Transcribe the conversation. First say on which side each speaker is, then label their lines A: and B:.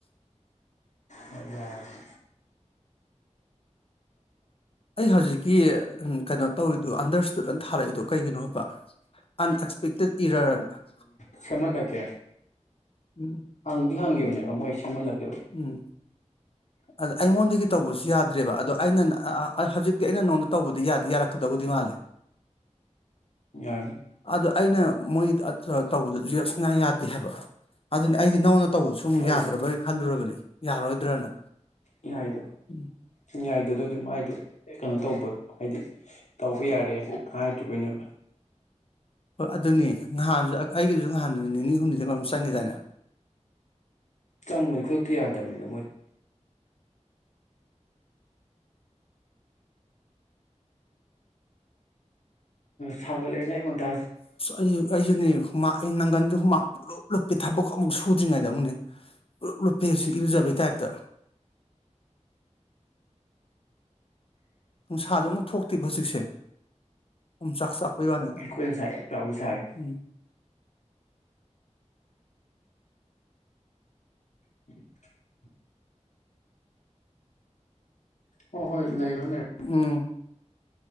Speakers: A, on the left (about 70°); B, on the left (about 50°).
A: ꯑ
B: ꯑꯩ ꯍꯧꯖꯤꯛꯀꯤ ꯎ ꯀꯩꯅꯣ ꯇꯧꯔꯤꯗꯨꯣ ꯑꯟꯗꯔꯁꯇꯨꯠꯅ ꯊꯥꯔꯛꯏꯗꯣ ꯀꯩꯒꯤꯅꯣ ꯍꯥꯏꯕ ꯑꯟꯑꯛꯁꯄꯦꯛꯇꯦꯠ ꯏꯔꯔꯅ
A: ꯁꯃ ꯂꯀꯦ
B: ꯎꯝ
A: ꯍꯥꯡꯗꯤ ꯍꯥꯡꯈꯤꯕꯅꯦ ꯃꯣꯏ ꯁꯝꯍꯜꯂꯛꯦ
B: ꯎꯝ ꯑꯗ ꯑꯩꯉꯣꯟꯗꯒꯤ ꯇꯧꯕꯁꯨ ꯌꯥꯗ꯭ꯔꯦꯕ ꯑꯗꯣ ꯑꯩꯅ ꯍꯧꯖꯤꯛꯇꯤ ꯑꯩꯅ ꯅꯉꯣꯟꯗ ꯇꯧꯕꯗꯤ ꯌꯥꯗꯦ ꯌꯥꯔꯛꯀꯗꯕꯨꯗꯤ ꯃꯥꯜꯂꯦ
A: ꯌꯥ
B: ꯑꯗ ꯑꯩꯅ ꯃꯣꯏ ꯇꯧꯕꯗꯨꯁꯨꯁꯉꯥꯏ ꯌꯥꯗꯦ ꯍꯥꯏꯕ ꯑꯗꯨꯅꯤ ꯑꯩꯗꯤ ꯅꯧꯅ ꯇꯧꯕꯁꯨ ꯑꯃꯨꯛ
A: ꯍꯣꯏ
B: ꯌꯥꯗ꯭ꯔꯕ꯭ꯔ ꯈꯜꯂꯨꯔꯕꯅꯤ ꯌꯥꯔꯣꯏꯗ꯭ꯔꯅ
A: ꯏꯌꯥꯏꯗ
B: ꯎꯝ
A: ꯏꯌꯥꯏꯗ ꯑꯗꯨꯗꯤ ꯃꯥꯏꯗꯣ ꯀꯩꯅꯣ ꯇꯧꯕ ꯍꯥꯏꯗꯤ ꯇꯧꯕ ꯌꯥꯔꯦꯅ ꯍꯥꯏꯗ꯭ꯔꯤꯕꯩꯅꯦꯕ
B: ꯍꯣꯏ ꯑꯗꯨꯅꯤ ꯅꯍꯥꯟꯁꯨ ꯑꯩꯒꯤꯁꯨ ꯅꯍꯥꯟ ꯅꯨꯃꯤꯠ ꯅꯤꯅꯤ ꯍꯨꯝꯅꯤꯗꯝ ꯆꯪꯈꯤꯦꯗꯥꯏꯅꯦ
A: ꯆꯪꯕꯅꯤ ꯈꯨꯗꯛꯇ ꯌꯥꯗꯕꯅꯤꯅ ꯃꯣꯏꯗꯤ ꯁꯒ ꯂꯩꯅ ꯑꯩꯉꯣꯟꯗ
B: ꯑꯩ ꯑꯩꯁꯨꯅꯦꯨꯃ ꯅꯪꯒꯟꯗꯨ ꯍꯨꯃꯥꯡ ꯄꯨꯂꯞꯞ ꯊꯕꯛ ꯑꯃꯨꯛ ꯁꯨꯗ꯭ꯔꯤꯉꯩꯗ ꯑꯃꯨꯅꯦ ꯄꯨꯂꯞ ꯂꯨꯞꯞꯄꯦꯁꯤ ꯏꯔꯨꯖꯕꯩ ꯇꯥꯏꯞꯇ ꯅꯨꯡꯁꯥꯁꯨ ꯑꯃꯨꯛ ꯊꯣꯛꯇꯦꯕ ꯍꯧꯖꯤꯛꯁꯦ ꯑꯣꯝ ꯆꯈ ꯆꯐꯣꯏꯕꯅ
A: ꯑꯩꯁꯨ ꯑꯩꯈꯣꯏ ꯉꯁꯥꯏ ꯌꯥꯝ ꯆꯥꯎꯅ ꯁꯥꯔꯦ
B: ꯎꯝ
A: <unintelligible> ꯍꯣꯏ ꯍꯣꯏ ꯂꯩꯔꯣ ꯂꯩꯔ
B: ꯎꯝ